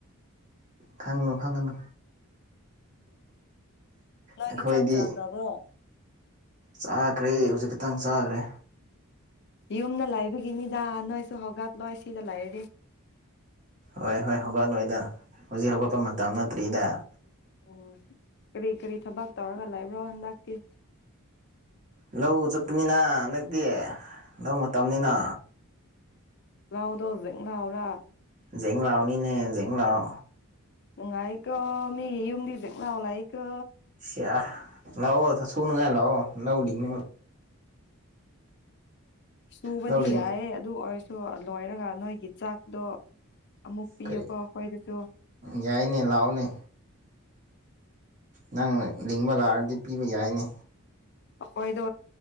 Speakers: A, on the right; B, on the left.
A: ꯈꯪꯒꯅꯨ ꯈꯪꯒꯅꯨ
B: ꯅꯣꯏꯗꯤ
A: ꯑꯩꯈꯣꯏꯗꯤ
B: ꯆꯥꯛ ꯆꯥꯈ꯭ꯔꯕ꯭ꯔꯣ
A: ꯆꯥꯈ꯭ꯔꯦ ꯍꯧꯖꯤꯛ ꯈꯛꯇꯪ ꯆꯥꯈ꯭ꯔꯦ
B: ꯌꯨꯝꯗ ꯂꯩꯕꯒꯤꯅꯤꯗ ꯅꯣꯏꯁꯨ ꯍꯧꯒꯠꯂꯣꯏ ꯁꯤꯗ ꯂꯩꯔꯗꯤ
A: ꯍꯣꯏ ꯍꯣꯏ ꯍꯧꯒꯠꯂꯣꯏꯗ ꯍꯧꯖꯤꯛ ꯍꯧꯒꯠꯄ ꯃꯇꯝ ꯅꯠꯇ꯭ꯔꯤꯗ
B: ꯑꯣ ꯀꯔꯤ ꯀꯔꯤ ꯊꯕꯛ ꯇꯧꯔꯒ ꯂꯕ꯭ꯔꯣ ꯍꯟꯗꯛꯀꯤ
A: ꯂꯧ ꯆꯠꯄꯅꯤꯅ ꯍꯟꯗꯛꯇꯤ ꯂꯧ ꯃꯇꯝꯅꯤꯅ
B: ꯂꯧꯗꯣ ꯕꯦꯡ ꯂꯧꯔꯥ
A: ꯖꯤꯡ ꯂꯧꯅꯤꯅꯦ ꯖꯤꯡ ꯂꯧ
B: ꯅꯨꯡꯉꯥꯏꯀꯣ ꯃꯤꯒꯤ ꯌꯨꯝꯗꯤ ꯖꯤꯡꯂꯧ ꯂꯩꯥꯀꯣ
A: ꯁꯤꯌꯥ ꯂꯥꯛꯑꯣ ꯁꯨꯅꯉꯥꯏ ꯂꯥꯛꯑꯣ ꯂꯧ ꯂꯤꯡꯅꯕ
B: ꯁꯨꯕꯗꯤ
A: ꯂꯧ ꯂꯤꯡ
B: ꯌꯥꯏꯌꯦ ꯑꯗꯨ ꯑꯣꯏꯔꯁꯨ ꯂꯣꯏꯔꯒ ꯅꯣꯏꯒꯤ ꯆꯥꯛꯇꯣ ꯑꯃꯨꯛ ꯄꯤꯌꯣꯀꯣ
A: ꯀꯔꯤ
B: ꯑꯩꯈꯣꯏꯗꯁꯨ
A: ꯌꯥꯏꯅꯦ ꯂꯥꯛꯑꯣꯅꯦ ꯅꯪ ꯂꯤꯡꯕ ꯂꯥꯛꯑꯔꯗꯤ ꯄꯤꯕ ꯌꯥꯏꯅꯦ
B: ꯑꯩꯈꯣꯏꯗꯣ